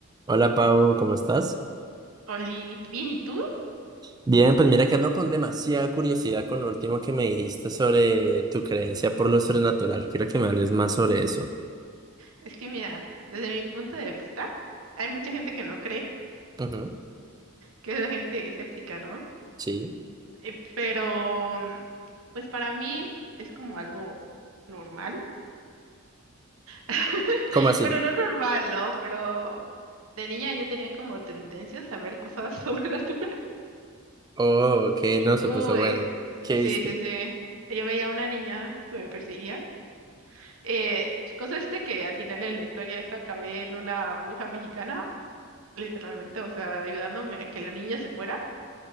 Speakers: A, on the right; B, on the right.
A: Hola Pau, ¿cómo estás?
B: Oli, bien, ¿y tú?
A: Bien, pues mira que ando con demasiada curiosidad con lo último que me dijiste sobre tu creencia por lo sobrenatural. Quiero que me hables más sobre eso.
B: Es que mira, desde mi punto de vista, hay mucha gente que no cree,
A: Ujú,
B: que es la gente escéptica, ¿no?
A: sí.
B: Eh, pero, mm, pues para mí es como algo normal. <laughs>
A: ¿Cómo así?
B: Bueno, no normal, ¿no? Pero de niña yo tenía como tendencias a ver cosas <laughs> sobrenaturales.
A: Oh, que no, se
B: Uy,
A: puso bueno. ¿Qué
B: sí,
A: viste?
B: sí, sí. Yo veía a una niña que me perseguía. Eh, pues, con suerte que al final de la historia esta acabé en una bruja mexicana. literalmente, o sea, ayudándome a que la niña se fuera.